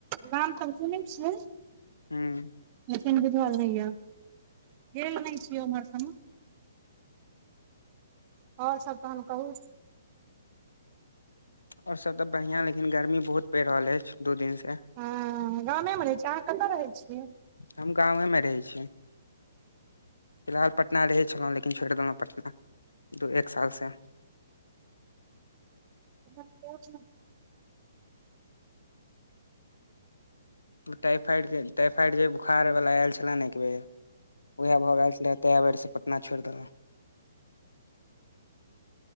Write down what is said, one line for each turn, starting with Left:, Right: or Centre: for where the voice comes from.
Right: नाम तऽ सुनै छियै
Left: हूँ
Right: लेकिन बुझल नहि य गेल नहि छियै उमहर सभमे आओर सब तहन कहू
Left: आओर सभ तऽ बढ़िआँ लेकिन गर्मी बहुत पड़ि रहल अछि दू दिनसँ
Right: हँ गामेमे रहैत छियै अहाँ कतऽ रहै छियै
Left: हम गामेमे रहै छी फिलहाल पटना रहै छलहुँ लेकिन छोड़ि देलहुँ पटना दू एक साल से
Right: हमर कोच
Left: टाइफाइड के टाइफाइड जे बोखार वला आयल छलै ने एक बेेर उएह भऽ गेल छलै उहा बेरसँ पटना छोड़ि देलउ